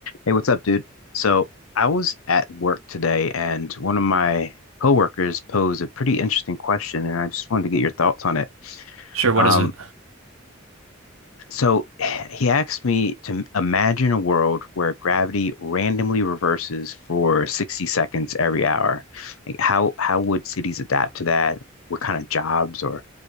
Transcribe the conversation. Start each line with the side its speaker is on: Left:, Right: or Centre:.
Left: Hey, what's up, dude? So I was at work today and one of my coworkers posed a pretty interesting question, and I just wanted to get your thoughts on it.
Right: Sure, what
Left: Um,
Right: is it?
Left: so <sighs> he asked me to m- imagine a world where gravity randomly reverses for 60 seconds every hour. Like how how would cities adapt to that? What kind of jobs or